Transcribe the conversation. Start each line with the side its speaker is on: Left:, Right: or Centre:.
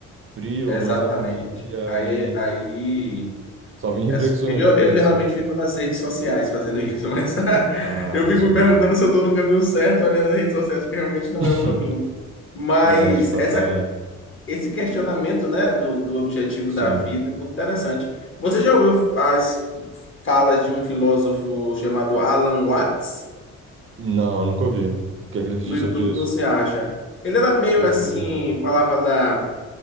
Right: frio,
Left: Exatamente.
Right: longe da família,
Left: Aí,
Right: não...
Left: aí
Right: só vem reflexões
Left: É su- Eu,
Right: na cabeça.
Left: eu geralmente fico nas redes sociais fazendo isso, mas <laughs>
Right: Ah,
Left: eu fico
Right: sim.
Left: me perguntando se eu estou no caminho certo olhando as redes sociais, porque realmente não
Right: <laughs>
Left: é o caminho. Mas
Right: É, de fato
Left: essa,
Right: não é.
Left: esse questionamento, né, do, do objetivo
Right: Sim.
Left: da vida é muito interessante. Você já ouviu as falas de um filósofo chamado Alan Watts?
Right: Não, nunca ouvi. O que é que ele diz
Left: No YouTube
Right: sobre isso?
Left: você acha. Ele era meio
Right: Perfeito.
Left: assim, falava da